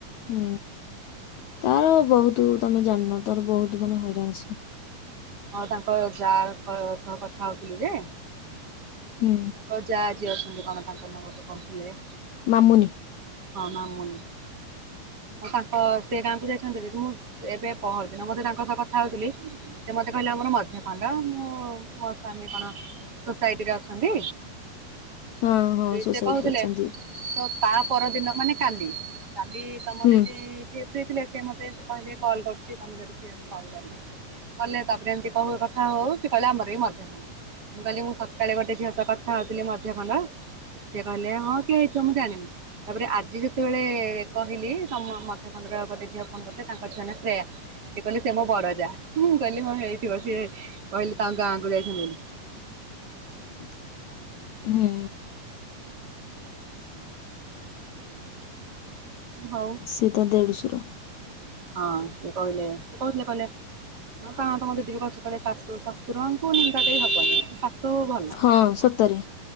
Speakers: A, on the left; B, on the right.
A: ହୁଁ। ତାର ବହୁତ ତମେ ଜାଣିନ, ତାର ବହୁତ ମାନେ ହଇରାଣ ସିଏ।
B: ହଁ ତାଙ୍କ ଯା ସହ କଥା ହଉଥିଲି ଯେ
A: ହୁଁ
B: ତାଙ୍କ ଯା ଯିଏ ଅଛନ୍ତି କଣ ତାଙ୍କ ନାଁ ଗୋଟେ କହୁଥିଲେ
A: ମାମୁନି
B: ହଁ ମାମୁନି।
A: <inaudible>
B: ହଁ ତାଙ୍କ ସେ ଗାଁ କୁ ଯାଇଛନ୍ତି ହେରି ତ ମୁଁ ଏବେ ପହରଦିନ ବୋଧେ ତାଙ୍କ ସହ କଥା ହଉଥିଲି ସେ ମତେ କହିଲେ ପୁଣି ମଧ୍ୟ ଖଣ୍ଡ ମୁଁ ମୋ ସ୍ଵାମୀ କଣ ସୋସାଇଟିରେ ଅଛନ୍ତି।
A: ହଁ ହଁ ସୋସାଇଟିରେ
B: ସେ କହୁଥିଲେ
A: ଅଛନ୍ତି
B: ତ ତା ପରଦିନ ମାନେ କାଲି କାଲି ତମ
A: ହୁଁ
B: ଦିଦି <unintelligible> ସେ ମତେ ଏମିତି କହିଲେ କଲ୍ କରୁଚି ତମେ ଯଦି ଫ୍ରି ଅଛ କଲ୍ କରିବ। କଲେ ତାପରେ ଏମିତି କ କଥା ହଉ ସେ କହିଲେ ଆମର ବି ମଧ୍ୟ ଖଣ୍ଡ ମୁଁ କହିଲି ମୁଁ ସକାଳେ ଗୋଟେ ଝିଅସ କଥା ହଉଥିଲି ମଧ୍ୟ ଖଣ୍ଡ ସିଏ କହିଲେ ହଁ କିଏ ହେଇଥିବ ମୁଁ ଜାଣିନି। ତାପରେ ଆଜି ଯେତେବେଳେ କହିଲି ତମ ମଧ ଖଣ୍ଡର ଗୋଟେ ଝିଅ ଫୋନ କରିଥିଲେ ତାଙ୍କ ଝିଅ ନା ଶ୍ରେୟା। ସେ କହିଲେ ସେ ମୋ ବଡ ଯା ମୁଁ କହିଲି ହଁ ହେଇଥିବ ସିଏ କହିଲେ ତାଙ୍କ ଗାଁକୁ ଯାଇଚନ୍ତି ବୋଲି।
A: <inaudible> ହୁଁ।
B: ହଉ
A: ସୀଏ ତା ଦେଢଶୁର।
B: ହଁ ସେ କହିଲେ ସେ କହୁଥିଲେ କହିଲେ ହଁ ପା ତମ ଦିଦି ବି କହୁଥିଲେ କାଳେ ଶାଶୁ ଶଶୁରଙ୍କୁ ନିନ୍ଦା ଦେଇ ହବନି ଶାଶ ସୁ କିନ୍ତୁ ଭଲ।
A: ହଁ ସତରେ